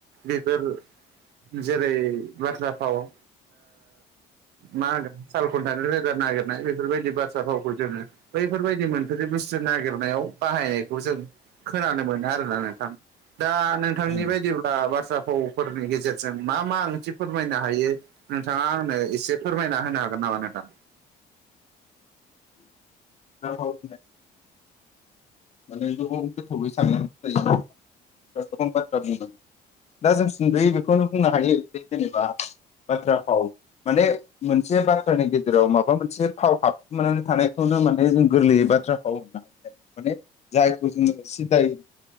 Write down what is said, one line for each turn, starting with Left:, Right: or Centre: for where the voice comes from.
Right: बेफोर जेरै बाथ्रा फाव ओ मा होनगोन साल खुन्थानि रोदा नागिरनाय बेफोरबायदि बा थ्रा फावखौ जोङो बैफोरबायदि मोनफोरै बुस्थु नागिरनायाव बाहायनायखौ जों खोनानो मोनो आरोना नोंथां दा नोंथांनि
Left: उम
Right: बायदिब्ला
Left: ओ
Right: बाथ्रा फावफोरनि गेजेरजों मा मा ओंथि फोरमायनो हायो नोंथाङा आंनो एसे फोरमायना होनो हागोन नामा नोंथां
Left: औ माने गोबां गोथावै सानानो गोबां बाथ्रा बुंदों दा जों सुद'यै बेखौनो बुंनो हायो जे जेनेबा बाथ्रा फाव माने मोनसे बाथ्रानि गेजेराव माबा मोनसे फाव हाबखुमनानै थानायखौनो माने जों गोरलैयै बाथ्रा फाव होननो हायो माने जायखौ जोङो सिदायै